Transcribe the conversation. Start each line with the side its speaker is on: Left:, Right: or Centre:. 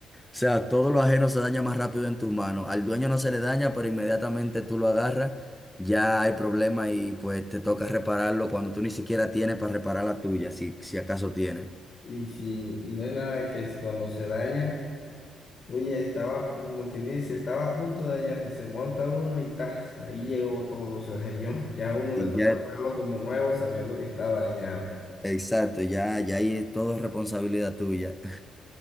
Centre: O sea, todo lo ajeno se daña más rápido en tus manos. Al dueño no se le daña, pero inmediatamente tú lo agarras, ya hay problema y pues te toca repararlo cuando tú ni siquiera tienes para reparar la tuya, si, si acaso tienes.
Left: Y si, y no es nada que si cuando se daña, oye, estaba como quien dice, estaba a punto de dañarse, se monta uno y tas, ahí llegó todo, se dañó. <laughs> Ya a uno
Centre: Y
Left: le toca
Centre: ya
Left: pagarlo como nuevo sabiendo que estaba dañado.
Centre: Exacto, ya, ya ahí es todo responsabilidad tuya.